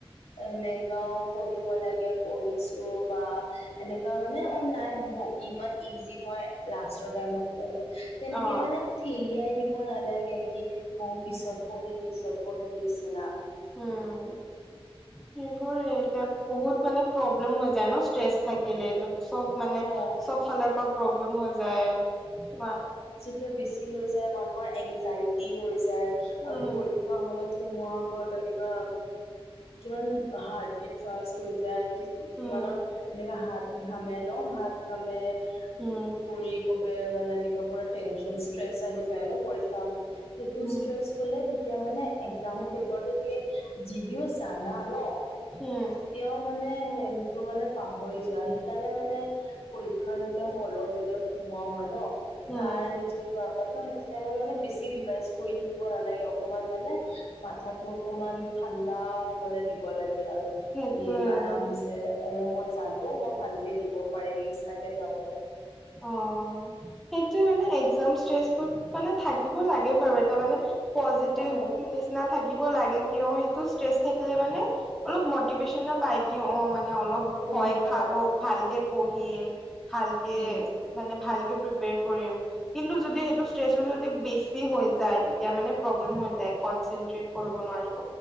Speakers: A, on the left; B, in the centre.
A: এনেকায়ো পঢ়িব লাগে পঢ়িছো বা এনেকা মানে অঁ নাই ইমান ইজি হয় লাষ্টৰ টাইমত পঢ়ো, তেনেকে
B: অ
A: মানে ঠেলিয়াই দিব নালাগে, কি অঁ পিছত পঢ়িম পিছত পঢ়িম নিচিনা।
B: উম, সেইবোৰে এতিয়া বহুত মানে প্ৰব্লেম হৈ যায় ন ষ্ট্ৰেছ থাকিলে, তাত চব মানে
A: অ
B: চব ফালৰ পৰা প্ৰব্লেম হৈ যায়, তোমাৰ!
A: টো বেছি হৈ যায় মানুহৰ এংজাইটি। হৈ যায় আৰু
B: উম
A: পৰীক্ষা হলত সোমোৱাৰ আগত তেনেকুৱা, কিমান! হাৰ্ট বিট ফাষ্ট হৈ যায় কি, কিমানৰ
B: উম
A: এনেকা হাত ঘামে। ন হাত ঘামে,
B: উম
A: ভৰি! বহুতে মানে এনেকা পুৰা টেনচন ষ্ট্ৰেচ আহি যায় ন পৰীক্ষা হলত সেইটো
B: উম
A: ষ্ট্ৰেচ। ফলে তেতিয়া মানে একজামৰ পেপাৰতটো তুমি যদিও জানা ন?
B: হম
A: এতিয়াও মানে সেইটো মানে পাহৰি যোৱা সেইকাৰণে। এনে মানে পৰীক্ষা যেতিয়া হলৰ ভিতৰত সোমোৱা হয় ন
B: উম
A: তাৰ য! ন সেইটো টাইমত মানে বেছি ৰিভাইজ কৰি থাকিব নালাগে অকমান মানে মাথাটো! অকমান ঠাণ্ডা হ'বলে দিব লাগে আৰু
B: সেইটোৱে
A: কি আৰামছে। অ মই জানো মই ভালকে দিব পাৰিম নিচিনাকে য।
B: অ সেইটোয়ে মানে একজাম ষ্ট্ৰেচত মানে থাকিব লাগে বাৰু এটা মানে! পজেতিভ
A: অ
B: নিচিনা থাকিব লাগে কিয় সেইটো ষ্ট্ৰেচ থাকিলে মানে! অলপ মটিভেশচনো পাই কি অ মানে অলপ
A: পঢ়িব
B: ভয় খাব
A: লাগে
B: ভালকে! পঢ়িম ভালকে
A: উম
B: মানে ভালকে প্ৰে। প্ৰিপেয়াৰ কৰিম কিন্তু সেইটো ষ্ট্ৰেচটো যদি বেছি হৈ যায়। তেতিয়া মানে প্ৰব্লেম
A: অঁ অঁ।
B: হৈ যায় কনচেট্ৰেত কৰিব নোৱাৰিব